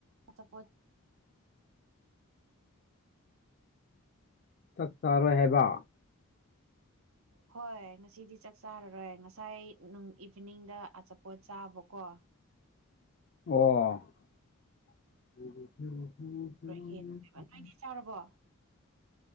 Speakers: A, on the right; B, on the left.
A: ꯑꯆꯥꯄꯣꯠ
B: ꯆꯥꯛ ꯆꯥꯔꯣꯏ ꯍꯥꯏꯕ
A: ꯍꯣꯏ ꯉꯁꯤꯗꯤ ꯆꯥꯛ ꯆꯥꯔꯔꯣꯏ ꯉꯁꯥꯏ ꯅꯨꯡ ꯏꯚꯤꯅꯤꯡꯗ ꯑꯆꯥꯄꯣꯠ ꯆꯥꯕꯀꯣ
B: ꯑꯣ
A: ꯅꯣꯏꯗꯤ ꯆꯥꯔꯕꯣ